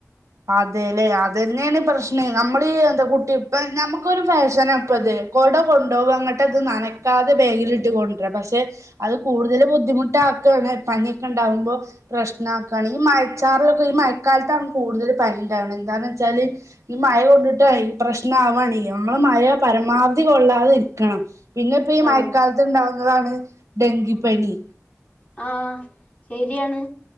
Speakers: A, on the right (about 75°); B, on the left (about 25°).
A: അതെല്ലേ അതന്നെണ് പ്രശ്നെ നമ്മളീ എന്ത കുട്ടി പ്പനമുക്കൊരു ഫാഷനപ്പത് കൊട കൊണ്ടോവ ങ്ങട്ടത് നനക്കാതെ ബേഗിലിട്ട് കൊണ്ടരാ പക്ഷെ അത് കൂടുതൽ ബുദ്ധിമുട്ടാക്കാണ് പനിയൊക്കെ ഉണ്ടാവുമ്പോ പ്രശ്നാകാണ് ഈ മയച്ചാറിലൊക്കെ ഈ മഴക്കാലത്താണ് കൂടുതൽ പനിണ്ടാവുന്നത് എന്താന്ന് വെച്ചാല് ഈ മഴ കൊണ്ടിട്ടയ് പ്രശനാവാണെയ്യ അമ്മള് മഴ പരമാവധി കൊള്ളാതെ ഇരിക്കണം പിന്നെപ്പീ
B: ആഹ്
A: മഴക്കാലത്ത് ഉണ്ടാവുന്നതാണ് ഡെങ്കിപ്പനി
B: ആഹ ശരിയാണ്